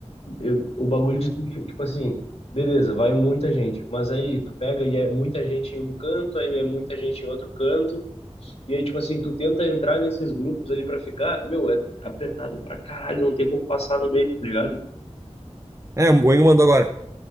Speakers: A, on the left (about 60°); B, on the right (about 25°).
A: eu, o bagulho de, tipo assim, beleza, vai muita gente, mas aí tu pega e é muita gente em um canto, aí é muita gente em outro canto, e aí, tipo assim, tu tenta entrar nesses grupos ali pra ficar, meu, é apertado pra caralho, não tem como passar no meio, tá ligado?
B: É, o Engo mandou agora.